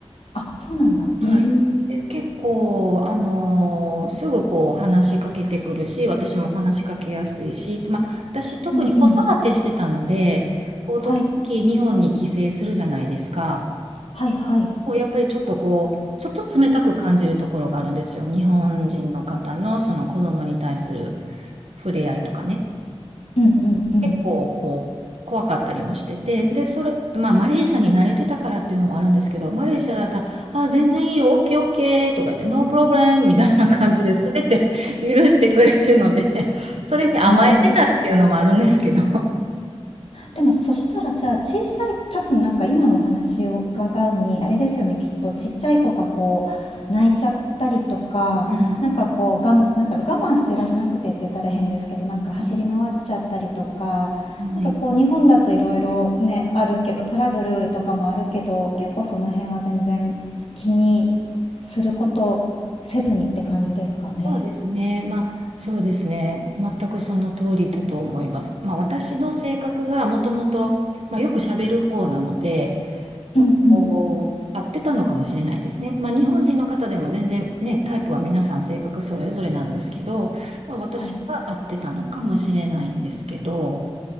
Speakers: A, on the left; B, on the right.
A: あ、そうなんだ。
B: はい、
A: へえ。うん
B: え結構、あのーすぐこう話しかけてくるし、私も話しかけやすいし、まあ、私特に子育てしてたので、
A: うん。
B: こう時々日本に帰省するじゃないですか。
A: はい。はいはい。
B: こうやっぱりちょっとこう、ちょっと冷たく感じるところがあるんですよ。日本人の方のその子供に対する触れ合いとかね。
A: うんうんうん。
B: 結構こう怖かったりもしてて、で、それ、まあ、マレーシアに慣れてたからっていうのもあるんですけど、マレーシアだったら、あー、全然いいよ、オッケーオッケーとか言って、ノープロブレムみたいな感じで、全て <laughs> 許してくれるのでそれに甘えてたっていうのもあるんですけど。
A: なるほど。でも、そしたら、じゃあ、小さい、多分なんか今のお話を伺うに、あれですよね、きっと、ちっちゃい子がこう、泣いちゃったりとか、
B: うん。
A: なんかこう、がん、なんだろう、我慢してられなくてって言ったら変ですけど、なんか走り回っちゃったりとか、
B: はいはい、
A: なんかこう、日本だといろいろね、あるけど、トラブルとかもあるけど、結構その辺は全然気にすることせずにって感じですかね。
B: そうですね、まあ、そうですね、全くその通りだと思います。まあ、私の性格がもともと、まあ、よく喋る方なので、なんかこう、
A: うんうん。
B: 合ってたのかもしれないですね。まあ、日本人の方でも全然ね、タイプは皆さん性格それぞれなんですけど、まあ、私は合ってたのかもしれないんですけど、
A: はい。